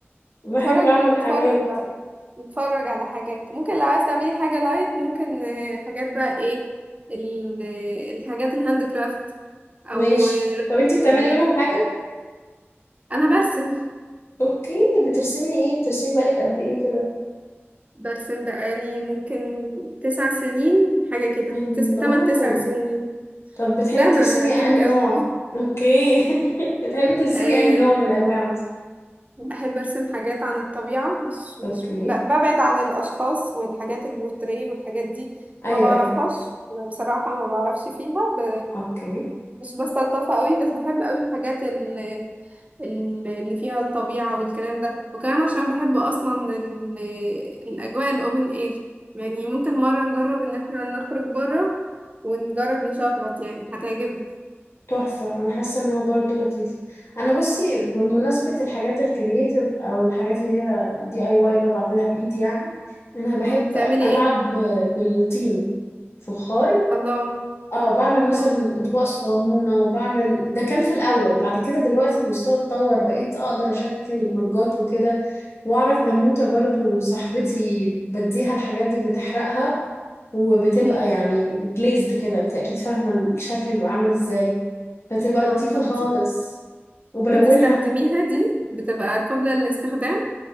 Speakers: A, on the left (about 70°); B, on the right (about 30°).
A: بحب
B: نتفرج
A: اعمل
B: نتفرج
A: حاجات
B: بقى نتفرج على حاجات ممكن لو عايز تعملي حاجة لايت ممكن آه، حاجات بقى ايه ال- آه، الحاجات الهاند كرافت او
A: ماشي
B: آه،
A: طب انتي بتعملي
B: تلوين
A: منهم حاجة
B: انا برسم
A: اوكي بترسمي ايه بترسمي بقالك قد ايه كده
B: برسم بقالي ممكن تسع سنين حاجة كده
A: الله
B: تس... تمن تسع سنين
A: طب بتحبي
B: لا انا
A: ترسمي
B: انا عاجبك
A: انهي
B: قوي
A: نوع اوكي <laughs> بتحبي ترسمي
B: <laughs> آه،
A: انهي نوع من الانواع مثلا
B: بحب ارسم حاجات عن الطبيعة مش
A: اوكي
B: مش ب- ببعد عن الاشخاص والحاجات البورتريه والحاجات دي
A: ايوه
B: ما بعرفهاش
A: ايوه
B: يعني بصراحة ما بعرفش فيها ب...
A: اوكي
B: مش بستلطفها قوي بس بحب قوي الحاجات ال- ال- اللي فيها الطبيعة والكلام ده وكمان عشان بحب أصلا ال- الأجواء الأوبن إير يعني ممكن مرة نجرب إن احنا نخرج بره ونجرب نشخبط يعني هتعجبك
A: تحفة أنا حاسة إنها برضو لطيفة أنا بصي بمناسبة الحاجات الكرياتيف أو الحاجات اللي هي دي أي واي اللي هو بعملها بإيدي يعني أنا بحب
B: مم، بتعملي
A: ألعب
B: ايه؟
A: بالطين فخار
B: الله
A: اه بعمل مثلا
B: مم،
A: أطباق صغنونة بعمل ده كان في الأول بعد كده دلوقتي المستوى اتطور بقيت أقدر أشكل مجات وكده وأعرف بنوتة برضو صاحبتي بديها الحاجات دي بتحرقها وبتبقى
B: مم.
A: يعني جليزد كده انت اكيد فاهمة الشكل بيبقى عامل ازاي فتبقى
B: اه
A: لطيفة
B: طب
A: خالص
B: دي
A: وبلونها
B: بتستخدميها دي بتبقى قابلة للاستخدام